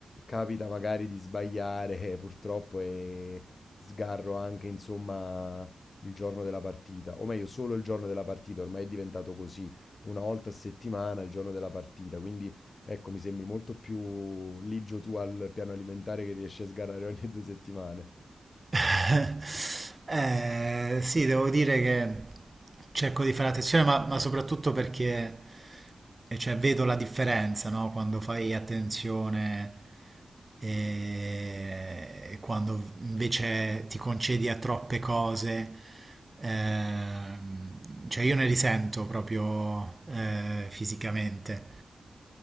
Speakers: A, on the left; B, on the right.
A: capita magari di sbagliare <laughs> purtroppo e sgarro anche, insomma, il giorno della partita, o meglio, solo il giorno della partita, ormai è diventato così, una volta a settimana il giorno della partita, quindi ecco, mi sembri molto più ligio tu al piano alimentare che riesci a sgarrare ogni due settimane.
B: <laughs> Eh, sì, devo dire che cerco di fare attenzione, ma, ma soprattutto perché eh, cioè, vedo la differenza, no? Quando fai attenzione e quando invece ti concedi a troppe cose. ehm, cioè, io ne risento proprio eh, fisicamente.